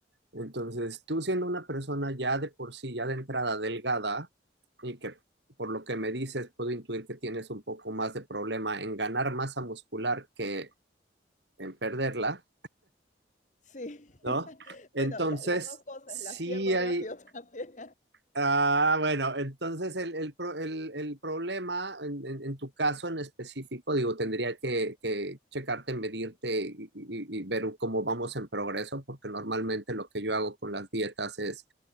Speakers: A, on the right; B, on the left.
A: Entonces, tú siendo una persona ya de por sí, ya de entrada delgada, y que por lo que me dices, puedo intuir que tienes un poco más de problema en ganar masa muscular que en perderla,
B: Sí,
A: ¿no?
B: <laughs>
A: Entonces,
B: bueno, la- las dos cosas
A: sí
B: las pierdo
A: hay,
B: rápido <laughs> también.
A: Ah, bueno, entonces el, el pro- el- el problema en, en- en tu caso en específico, digo, tendría que, que checarte, medirte y, y- y ver cómo vamos en progreso, porque normalmente lo que yo hago con las dietas es